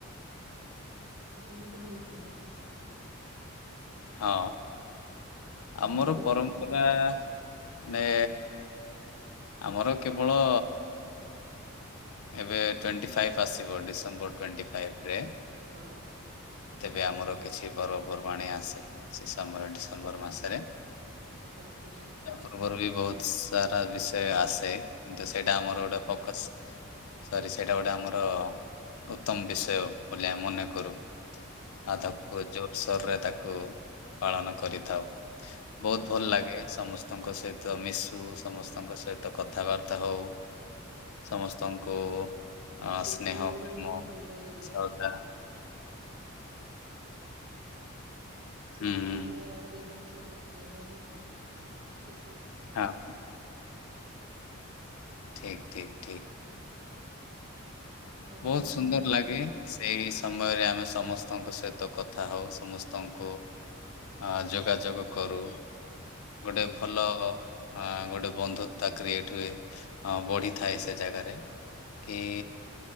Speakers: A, on the right; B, on the left.
A: ଆପଣଙ୍କୁ ବହୁତ ଭଲ ଲାଗେ।
B: ହଁ
A: ଆପଣଙ୍କର
B: ଆମର ପରମ୍
A: କେମିତି
B: ପୁରା ମାନେ ଆମର କେବଳ ଏବେ ଟ୍ୱେଣ୍ଟି ଫାଇଭ୍ ଆସିବ ଡିସେମ୍ବର ଟ୍ୱେଣ୍ଟି ଫାଇପ୍ ରେ
A: ହଁ।
B: ତେବେ ଆମର କିଛି ପର୍ବପର୍ବାଣି ଆସେ ସେ ସମୟ ଡିସେମ୍ବର ମାସରେ
A: ଆପଣ ଖ୍ରୀଷ୍ଟିୟାନ୍?
B: ତା ପୂର୍ବରୁ ବି ବହୁତ ସାରା ବିଷୟ ଆସେ କିନ୍ତୁ ସେଇଟା ଆମର
A: ଆଜ୍ଞା
B: ଗୋଟେ ଫୋକସ ସରି ସେଇଟା ଗୋଟେ ଆମର ଉତ୍ତମ ବିଷୟ ବୋଲି ଆମେ ମନେ କରୁ।
A: ଆଜ୍ଞା
B: ଆଉ ତାକୁ ଜୋରସୋର ରେ ତାକୁ ପାଳନ କରିଥାଉ ବହୁତ
A: ଆଜ୍ଞା।
B: ଭଲ ଲାଗେ। ସମସ୍ତଙ୍କ ସହିତ ମିଶୁ ସମସ୍ତଙ୍କ ସହିତ କଥାବାର୍ତ୍ତା ହଉ। ସମସ୍ତଙ୍କୁ ଅ
A: ସେଇ
B: ସ୍ନେହ
A: ଦିନ ଗୁଡା
B: ପ୍ରେମ
A: ହିଁ ଭଲ ଲାଗେ ଟିକେ।
B: ଶ୍ରଦ୍ଧା
A: ସେଦିନ
B: ହୁଁ ହୁଁ
A: ଗୁଡା ଯେବେ ଆସେ ସେଦିନ ଗୁଡା ହିଁ ଭଲ ଲାଗେ ବେଶ
B: ହଁ ହଁ ଠିକ ଠିକ ଠିକ।
A: ଆଉ ଆପଣଙ୍କର
B: ବହୁତ ସୁନ୍ଦର
A: କଣ
B: ଲାଗେ।
A: କଣ ଅଛି?
B: ସେଇ ସମୟରେ ଆମେ ସମସ୍ତଙ୍କ ସହିତ କଥା ହଉ ସମସ୍ତଙ୍କୁ ଆ ଯୋଗାଯୋଗ କରୁ ଗୋଟେ
A: ଆଜ୍ଞା
B: ଭଲ ଅ ଗୋଟେ ବନ୍ଧୁତା କ୍ରିଏଟ ହୁଏ ହ ବଢିଥାଏ ସେ ଜାଗାରେ। କି